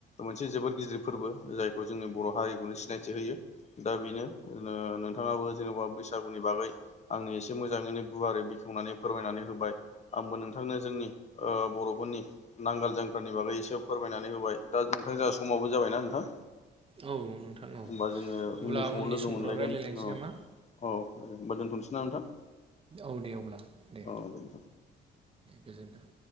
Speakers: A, on the left; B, on the right.
A: मोनसे जोबोद गिदिर फोरबो जायखौ जोंनि बर' हारिखौनो सिनायथि होयो। दा बेनो ओ नोंथाङाबो जेनबा बैसागुनि बागै आंनो एसे मोजाङैनो गुवारै बेखेव बुंनानै फोरमायनानै होबाय आंबो नोंथांनो जोंनि ओ बर'फोरनि नांगाल जांख्रानि बागै एसे फोरमायनानै होबाय दा नोंथां जोंहा समावबो जाबायना नोंथां?
B: औ नोंथां औ
A: होमबा जोङो
B: अब्ला
A: उननि समाव लोगो
B: समफ्राव
A: मोनलायगोन
B: रायज्लायलायनोसै
A: औ।
B: नामा
A: औ दे होनबा दोनथ'सै ना नोंथां?
B: औ दे अब्ला दे
A: औ नोंथां
B: गोजोन्थों।